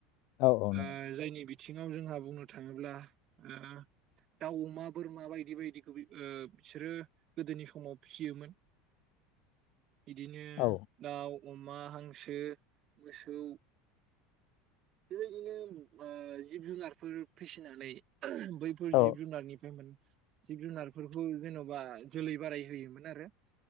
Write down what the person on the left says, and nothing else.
औ औ
नंगौ
औ
औ